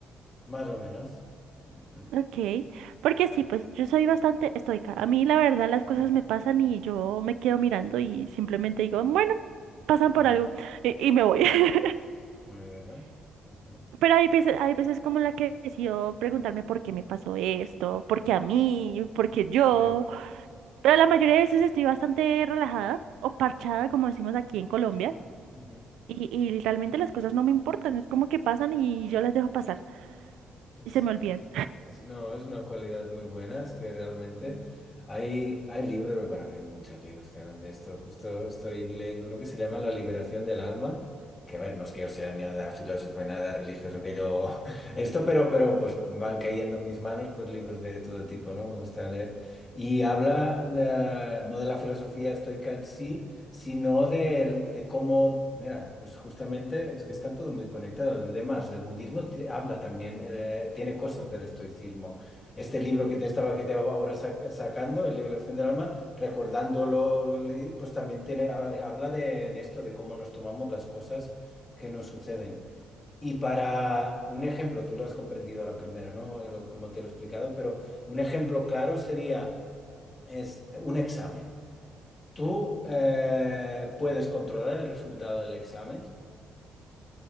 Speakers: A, on the left (about 30°); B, on the right (about 85°).
A: más o menos. Ujú.
B: Ok, porque sí, pues yo soy bastante estoica. A mí la verdad las cosas
A: <laughs>
B: me pasan y yo me quedo mirando y simplemente digo, bueno, pasan
A: Muy
B: por algo
A: bien,
B: y, y me voy. <laughs>
A: muy bien, ¿no? Ujú.
B: Pero hay veces, hay veces como la que decido preguntarme por qué me pasó esto, por qué a mí, por qué yo.
A: Sí.
B: Pero la mayoría de veces estoy bastante relajada o parchada, como decimos aquí en Colombia.
A: <laughs> Ujú.
B: Y, y realmente las cosas no me importan, es como que pasan y yo las dejo pasar
A: Es,
B: y se me olvidan.
A: es- no, es una cualidad muy buena, es que realmente hay, hay libros, bueno, hay muchos libros que hablan de esto. Justo estoy leyendo uno que se llama La liberación del alma, que a ver, no es que yo sea ni nada filósofo, ni nada religioso, que yo <laughs> esto, pero, pero pues van cayendo en mis manos pues libros de todo tipo, ¿no? Me gusta leer. Y habla eh, no de la filosofía estoica en sí, sino del- de, cómo, mira, pues justamente es que está todo muy conectado. Además, el budismo te- habla también, eh, tiene cosas del estoicismo. Este libro que te estaba, que te va ahora sac- sacando, El Liberación del Alma, recordándolo, lo leí, pues también tiene, ha- habla de, de esto, de cómo nos tomamos las cosas que nos suceden. Y para un ejemplo, tú lo has comprendido a la primera, ¿no? Eh, lo- Como te lo he explicado, pero un ejemplo claro sería, es un examen. Tú eh, puedes controlar el resultado del examen,